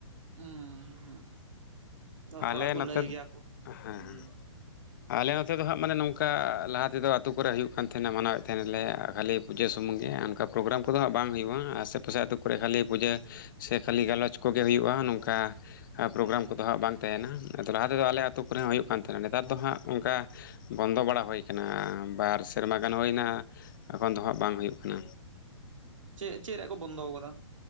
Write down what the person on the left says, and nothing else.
ᱟᱞᱮ
ᱱᱚᱛᱮᱫ
ᱦᱮᱸ ᱦᱮᱸ᱾
ᱟᱞᱮ ᱱᱚᱛᱮ ᱫᱚ ᱦᱟᱸᱜ ᱢᱟᱱᱮ ᱱᱚᱝᱠᱟ ᱞᱟᱦᱟ ᱛᱮᱫᱚ ᱟᱛᱳ ᱠᱚᱨᱮ ᱦᱩᱭᱩᱜ ᱠᱟᱱ ᱛᱟᱦᱮᱱᱟ ᱢᱟᱱᱟᱣᱮᱫ ᱛᱟᱦᱮᱱᱟᱞᱮ ᱠᱷᱟᱹᱞᱤ ᱯᱩᱡᱟᱹ ᱥᱩᱢᱩᱝᱜ ᱜᱮ᱾ ᱚᱱᱠᱟ ᱯᱨᱳᱜᱨᱟᱢ ᱠᱚᱫᱚ ᱦᱟᱸᱜ ᱵᱟᱝ ᱦᱩᱭᱩᱜᱼᱟ ᱟᱥᱮ ᱯᱟᱥᱮ ᱟᱹᱛᱩ ᱠᱚᱨᱮ ᱠᱷᱟᱹᱞᱤ ᱯᱩᱡᱟᱹ ᱥᱮ ᱠᱷᱟᱹᱞᱤ ᱜᱟᱞᱚᱪ ᱠᱚᱜᱮ ᱦᱩᱭᱩᱜᱼᱟ, ᱱᱚᱝᱠᱟ ᱯᱨᱳᱜᱨᱟᱢ
ᱠᱚᱫᱚ ᱦᱟᱸᱜ ᱵᱟᱝ? ᱛᱟᱦᱮᱱᱟ ᱟᱫᱚ ᱞᱟᱦᱟ ᱛᱮᱫᱚ ᱟᱞᱮ ᱟᱛᱳ ᱠᱚᱨᱮ ᱦᱚᱸ ᱦᱩᱭᱩᱜ ᱠᱟᱱ ᱛᱟᱦᱮᱱᱟ ᱱᱮᱛᱟᱨ ᱫᱚ ᱦᱟᱸᱜ ᱚᱱᱠᱟ ᱵᱚᱱᱫᱚ ᱵᱟᱲᱟ ᱦᱩᱭ ᱠᱟᱱᱟ ᱟᱸ ᱵᱟᱨ ᱥᱮᱨᱢᱟ ᱜᱟᱱ ᱦᱩᱭᱱᱟ ᱮᱠᱷᱚᱱ ᱫᱚ ᱦᱟᱸᱜ ᱵᱟᱝ ᱦᱩᱭᱩᱜ ᱠᱟᱱᱟ